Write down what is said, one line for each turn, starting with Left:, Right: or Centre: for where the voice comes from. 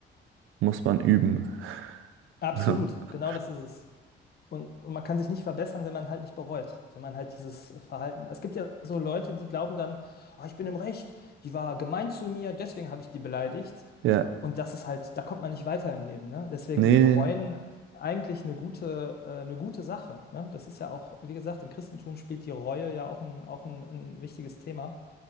Right: muss man üben.
Left: Absolut,
Right: <laughs>
Left: genau das ist es. Und und man kann sich nicht verbessern, wenn man halt nicht bereut, wenn man halt dieses äh, Verhalten. Es gibt ja so Leute, die glauben dann, oh, ich bin im Recht, die war gemein zu mir, deswegen habe ich die beleidigt.
Right: Ja,
Left: Und das ist halt, da kommt man nicht weiter im Leben, ne? Deswegen
Right: nee,
Left: ist Bereuen eigentlich eine gute, äh, eine gute Sache, ne? Das ist ja auch, wie gesagt, im Christentum spielt die Reue ja auch ein, auch ein, ein wichtiges Thema.